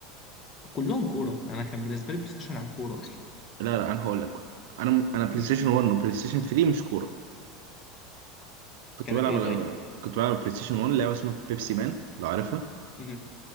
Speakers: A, on the left; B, on the right.
A: كلهم كوره انا كان بالنسبه لي بلاي ستيشن عن كوره اصلا
B: لا لا انا هقول لك بقى انا انا بلاي
A: مم.
B: ستيشن 1 وبلاي ستيشن 3 مش كوره كنت
A: كانت
B: بلعب
A: ايه
B: على
A: طيب
B: كنت بلعب على بلاي ستيشن 1 لعبه اسمها بيبسي مان لو عارفها
A: مم.